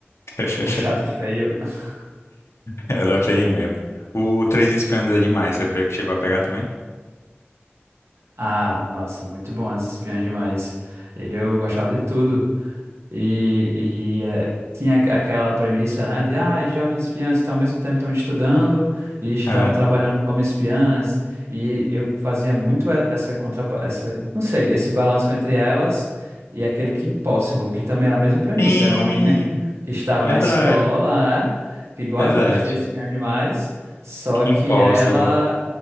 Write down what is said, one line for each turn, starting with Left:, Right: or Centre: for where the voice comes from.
Left: <laughs>
Right: povo chato e feio. <laughs>
Left: Era feinho mesmo. O Três Espiãs é demais. Você pegou- chegou a pegar também?
Right: Ah, nossa, muito bom as espiãs demais. Eu gostava de tudo. E, e eh, tinha aqu- aquela premissa, né, de ah, os jovens espiãs estão ao mesmo tempo estão estudando e estão
Left: É.
Right: trabalhando como espiãs. E eu fazia muito e- essa contra, essa, não sei, esse balanço entre elas e aquele Kim Possible, que também era a mesma premissa.
Left: Sim,
Right: Era uma menina que estava
Left: verdade.
Right: na escola, né, que igual
Left: Verdade.
Right: as, as três espiãs demais, só
Left: Impossible.
Right: que ela,